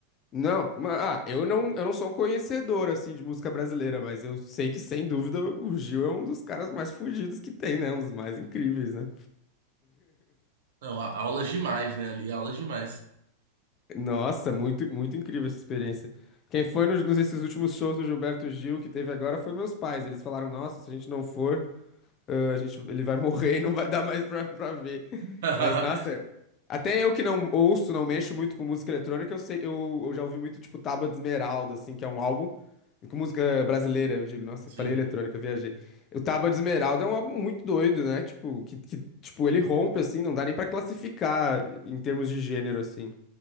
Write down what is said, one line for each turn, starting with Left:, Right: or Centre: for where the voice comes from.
Left: Não, ma- ah, eu não, eu não sou um conhecedor, assim, de música brasileira, mas eu sei que, sem dúvida, o Gil é um dos caras mais fudidos que tem, né? Um dos mais incríveis, né?
Right: Não, a- aulas demais, né? Ali, aulas demais.
Left: Nossa, muito, muito incrível essa experiência. Quem foi nos, nos esses últimos shows do Gilberto Gil que teve agora foi meus pais. Eles falaram: Nossa, se a gente não for, ãh, a gente, ele vai morrer e não vai dar mais pra, pra ver.
Right: <laughs>
Left: Mas, nossa, até eu que não ouço, não mexo muito com música eletrônica, eu sei, eu, eu já ouvi muito, tipo, Tábua de Esmeralda, assim, que é um álbum. Com música brasileira, eu digo, nossa,
Right: Sim.
Left: eu falei eletrônica, eu viajei. O Tábua de Esmeralda é um álbum muito doido, né? Tipo, que, que, tipo, ele rompe, assim, não dá nem pra classificar em termos de gênero, assim.